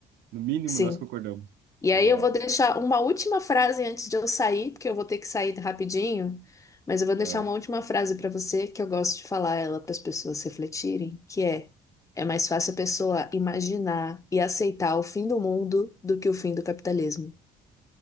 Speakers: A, on the right; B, on the left.
A: No mínimo,
B: sim.
A: nós concordamos.
B: E
A: Uau.
B: aí eu vou deixar uma última frase antes de eu sair, porque eu vou ter que sair rapidinho, mas eu vou deixar
A: Ah,
B: uma última frase para você que eu gosto de falar ela para as pessoas refletirem, que é é mais fácil a pessoa imaginar e aceitar o fim do mundo do que o fim do capitalismo.